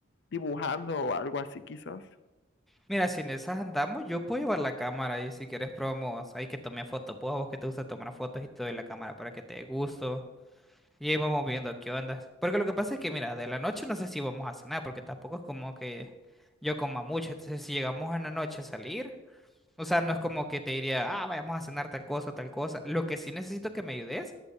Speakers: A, on the left; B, in the centre.
A: dibujando o algo así quizás.
B: Mira, si en esas andamos, yo puedo llevar la cámara y si quieres probamos ahí que tome fotos. Pues a vos que te gusta tomar fotos y te doy la cámara para que te dé gusto. Y ahí vamos viendo qué onda. Porque lo que pasa es que, mira, de la noche no sé si vamos a cenar, porque tampoco es como que yo coma mucho. Entonces, si llegamos en la noche a salir. O sea, no es como que te diría, ah, vayamos a cenar tal cosa, tal cosa. Lo que sí necesito que me ayudes